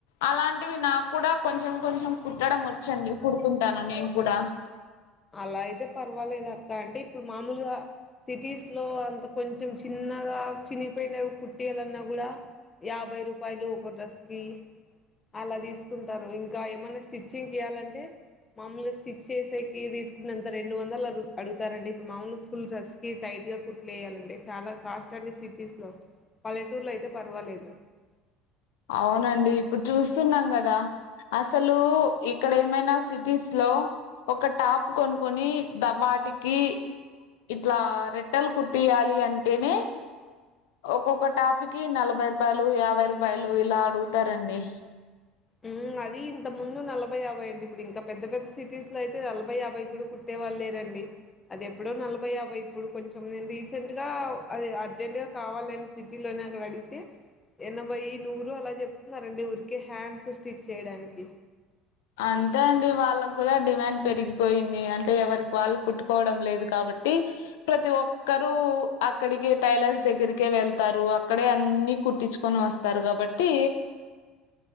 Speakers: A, on the left (about 85°); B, on the left (about 20°).
A: అలాంటివి నాకు కూడా కొంచెం కొంచెం కుుట్టడం వచ్చండి కుడుతుంటాను నేను కూడా
B: అలా అయితే పర్వాలేదు అక్క అంటే ఇప్పుడు మామూలుగా సిటీస్ లో అంత కొంచెం చిన్నగా చినిపోయినవి కుట్టియాలన్నా కూడా యాభై రూపాయలు ఒక డ్రెస్కి అలా తీసుకుంటారు ఇంకా ఏమన్నా స్టిచ్చింగ్ కి ఇయాలంటే మాములుగా స్టిచ్ చేసేకి కి తీసుకున్నంత రెండు వందలు అడు అడుగుతారండి ఇప్పుడు మామూలుగా ఫుల్ డ్రెస్ కి టైట్ గా కుట్లు ఏయాలంటే చాలా కాస్ట్ అండి సిటీస్ లో పల్లెటూరులో అయితే పర్వాలేదు
A: అవునండి ఇప్పుడు చూస్తున్నాం కదా అసలు ఇక్కడ ఏమైనా సిటీస్ లో ఒక టాప్ కొనుక్కొని ద వాటికి ఇట్లా రెట్టెలు కుట్టియాలి అంటేనే. ఒక్కొక్క టాప్కి నలభై రూపాయలు యాభై రూపాయలు ఇలా అడుగుతారండి.
B: ఉమ్ అది ఇంత ముందు నలభై యాభై అండి, ఇప్పుడు ఇంకా పెద్ద పెద్ద సిటీస్ లో అయితే నలభై యాభై కూడా కు ట్టే వాళ్ళు లేరండి. అది ఎప్పుడో నలభై యాభై ఇప్పుడు కొంచెం నేను రీసెంట్ గా అది అర్జెంట్ గా కావాలన్. సిటీలోన అవి అడిగితే ఎనభై నూరు అలా చెప్తున్నారండి ఊరికే హ్యాండ్స్. స్టిచ్ చేయడానికి.
A: అంతే అండి వాళ్ళకి కూడా డిమాండ్ పెరిగిపోయింది అంటే ఎవరికి వాళ్ళు కుట్టుకోవడం లేదు కాబట్టి. ప్రతి ఒక్కరు అక్కడికి టైలర్స్ దగ్గరకే వెళ్తారు అక్కడే అన్ని కుట్టించుకొని వస్. వస్తారు కాబట్టి.
B: అ